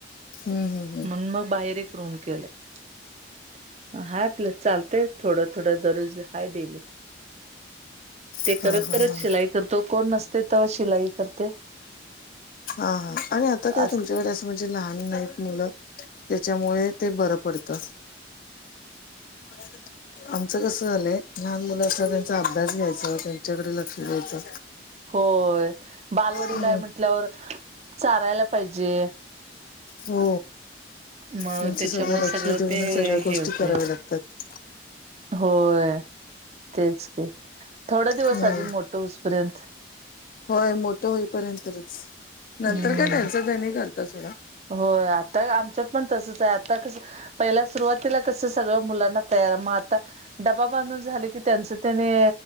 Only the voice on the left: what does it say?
हम् हम् हम्
हा
हा हा
हा
हा हा आणि आता काय
तुमच्याकडे अस म्हणजे लहान नाहीत मुलं त्याच्यामुळे ते बरं पडतं ह <unintelligible> आमचं कसं झालंय लहान मुलं असता त्यांचा अभ्यास घ्यायच त्यांच्याकडे लक्ष द्यायचं
हम्म
हो
त्यांचं
सगळं लक्ष देऊनच
सगळ्या गोष्टी
कराव्या लागतात
हम्म
होय मोठं होईपर्यंतच नंतर
काय त्यांचं त्यांनी करत्यात